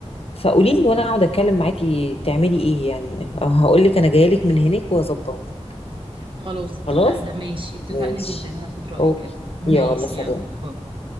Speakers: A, on the left; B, on the right.
A: فقولي لي وانا اقعد اتكلم معاكي تعملي ايه يعني هقول لك انا جايه لك من هناك واظبطك
B: خلاص اتفقنا
A: خلاص
B: ماشي اتفقنا
A: ماشي
B: جدا هاخد رايك
A: اوكي
B: اكيد ماشي
A: يلا سلام
B: يلا باي.